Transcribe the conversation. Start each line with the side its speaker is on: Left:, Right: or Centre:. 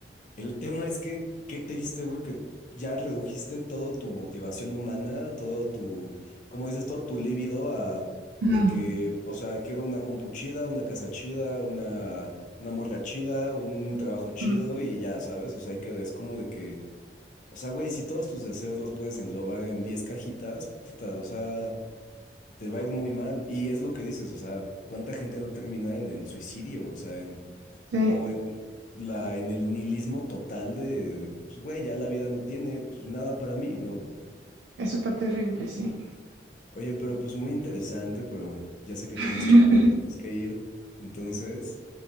Left: el tema es que, qué triste, güey, que ya redujiste todo tu motivación humana, todo tu, como dices, todo tu líbido a,
Right: Ujú,
Left: de que, o sea, quiero una compu chida, una casa chida, una, una morra chida, un trabajo chido
Right: ujú.
Left: y ya, ¿sabes? O sea, que es como de que... O sea, güey, si todos tus deseos los puedes englobar en 10 cajitas, puta, o sea, te va a ir muy mal. Y es lo que dices, o sea, ¿cuánta gente no termina en el suicidio? O sea, en,
Right: Sí,
Left: o en la, en el nihilismo total de, de, pues, güey, ya la vida no tiene, pues nada para mí, ¿no?
Right: eso está terrible, sí.
Left: Oye, pero pues muy interesante, pero ya sé que tienes
Right: <laughs>
Left: chamba y te tienes que ir. Entonces,